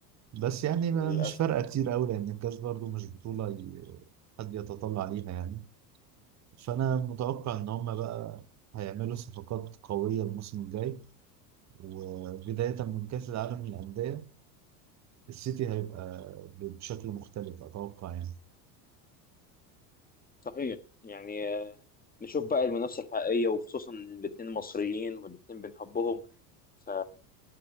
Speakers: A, on the right; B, on the left.
A: بس يعني
B: للاسف
A: ما مش فارقه كتير قوي لان الكاس برضو مش بطوله ي... حد يتطلع ليها يعني فانا متوقع ان هم بقى هيعملوا صفقات قويه الموسم الجاي وبدايه من كاس العالم للانديه السيتي هيبقى بشكل مختلف اتوقع يعني
B: صحيح يعني آه، نشوف بقى المنافسة الحقيقية وخصوصا إن الاتنين مصريين والاتنين بنحبهم ف